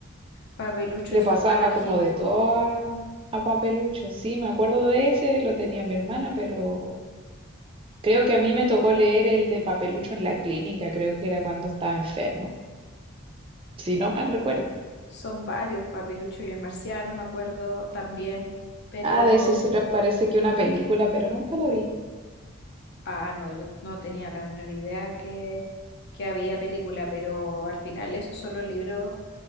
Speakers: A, on the left; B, on the right.
A: Papelucho
B: Le
A: y su
B: pasaba
A: hermana
B: Oh.
A: G.
B: como de todo a, a papelucho. Sí, me acuerdo de ese, lo tenía mi hermana, pero creo que a mí me tocó leer el de papelucho en la clínica, creo que era cuando estaba enfermo, si no mal recuerdo.
A: Son varios, Papelucho y el marciano, me acuerdo también, pero,
B: Ah, de ese hicieron parece que una película, pero nunca la vi.
A: ah, no, yo no tenía la menor idea que, que había película, pero al final esos son los libros